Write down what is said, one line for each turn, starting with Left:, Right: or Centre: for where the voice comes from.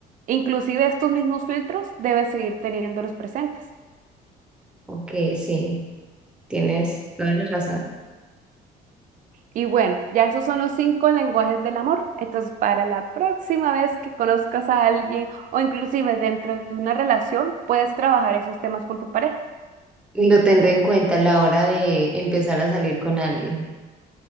Right: inclusive estos mismos filtros, debes seguir teniéndolos presentes.
Centre: ok, sí, tienes toda la razón.
Right: Y bueno, ya esos son los cinco lenguajes del amor. Entonces, para la próxima vez que conozcas a alguien o inclusive dentro de una relación, puedes trabajar esos temas con tu pareja.
Centre: Lo tendré en cuenta a la hora de empezar a salir con alguien.